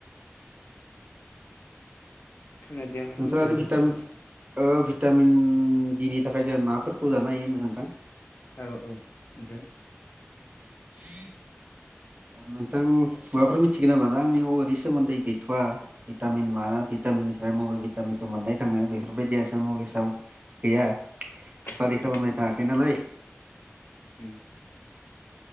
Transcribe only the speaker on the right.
नोंथाङा
आरो भिटामिन
ओ भिटामिन भि नि थाखाय जों नाफोरखौ जानो हायो होनदों नोंथां?
<inaudible> नोंथां माबाफोर मिथिगोन नामा दा आंनियाव ओरै सोमोन्दै गैथ'वा भिटामिन माना भिटामिननिफ्राय मबाइल भिटामिनखौ मोननाय थाङो बेफोरबायदिया नलेजाव गैया ।
स्टाडि खालामनाय
थायाखै नालाय